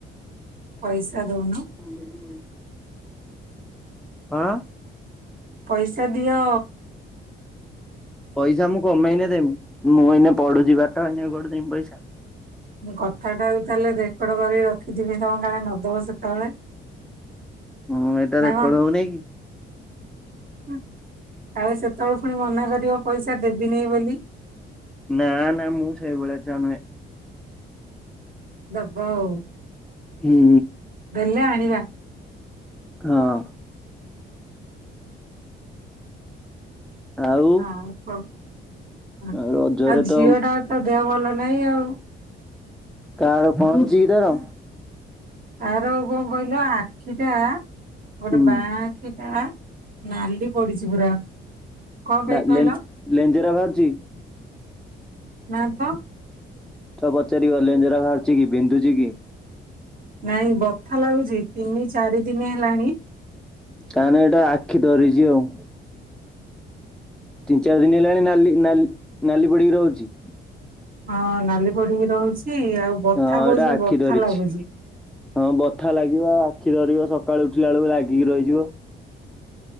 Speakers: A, on the right; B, in the centre.
A: ପଇସା ଦଉନ?
B: ହଁ ଯିବି। କଣ?
A: ପଇସା ଦିଅ।
B: ପଇସା ମୁଁ କମେଇନେ ଦେମି, ମୁଁ ଏଇନ ପଢୁଛି ପାଠ ଏଇନେ କୁଆଡୁ ଦେବି ପଇସା?
A: ମୁଁ କଥା ଟାକୁ ତାହେଲେ ରେକର୍ଡ କରିକି ରଖିଥିବି ତମେ କା ନଦବ ସେତେବେଳେ।
B: ହଁ ଏଇଟା
A: ନା
B: ରେକର୍ଡ ହଉନି କି?
A: ହୁଁ, କାଳେ ସେତେବେଳେ ପୁଣି ମନା କରିବ ପଇସା ଦେବିନି ବୋଲି।
B: ନା ନା ମୁଁ ସେଇଭଳିଆ ଛୁଆ ନୁହେଁ।
A: ଦବ ଆଉ।
B: ହୁଁ।
A: ଦେଲେ ଆଣିବା।
B: ହଁ ଅଁ। ଆଉ
A: ହଁ କଣ, ଆଉ
B: ରଜରେ ତ
A: ଝିଅ ଟା ତ ଦେହ ଭଲ ନାଇଁ ଆଉ।
B: କାର ପଞ୍ଚିର?
A: ଆର କଣ କହିଲ ଆଖିଟା,
B: ହୁଁ
A: ଗୋଟେ ବା ସେଟା ନାଲି ପଡିଛି ପୁରା। କଣ
B: ନା
A: ପାଇଁ କହିଲ?
B: ଲେ ଲେଞ୍ଜେରା ବାହାରୁଛି
A: ନା ତ।
B: ତ ପଚାରି ଲେଞ୍ଜା ବାହାରୁଛି କି, ବିନ୍ଧୁଛି କି?
A: ନାଇଁ ବଥା ଲାଗୁଛି, ତିନି ଚାରି ଦିନ ହେଲାଣି
B: ତା ନେ ଏଇଟା ଆଖି ଧରିଛି ଆଉ। ତିନି ଚାରି ଦିନ ହେଲାଣି ନାଲି ନାଲି ପଡିକି ରହୁଛି।
A: ହଁ ନାଲି ପଡିିକି ରହୁଛି, ଆଉ ବଥା
B: ହଁ ଏଇଟା
A: ହଉଛି,
B: ଆଖି
A: ବଥା
B: ଧରିଛି
A: ଲାଗୁଛି।
B: ହଁ ବଥା ଲାଗିବ। ଆ ଆଖି ଧରିବ ସକାଳୁ ଉଠିଲା ବେଳକୁ ଲାଗିକି ରହିଯିବ।